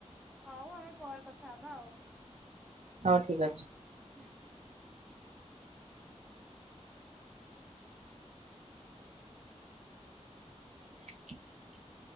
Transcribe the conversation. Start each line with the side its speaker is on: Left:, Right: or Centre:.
Centre: ହଉ ଆମେ ପରେ କଥା ହବା ଆଉ?
Right: ହଉ ଠିକ୍ ଅଛି।
Centre: ହୁଁ।
Right: <inaudible>